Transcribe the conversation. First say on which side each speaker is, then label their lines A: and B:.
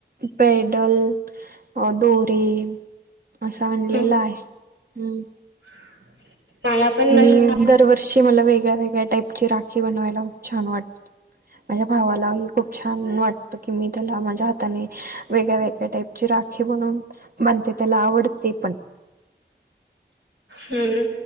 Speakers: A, on the right (about 50°); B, on the right (about 85°).
A: पेडल अ दोरे. असं आणलेला
B: हं,
A: आहे हम्म.
B: <inaudible> पण
A: आणि
B: माझ्या
A: दरवर्षी मला वेगळ्या वेगळ्या टाईपची राखी बनवायला खूप छान वाटते. माझ्या भावालाही खूप छान वाटत की मी त्याला माझ्या हाताने वेगळ्या वेगळ्या टाईपची राखी बनून बनते त्याला आवडते पण.
B: हम्म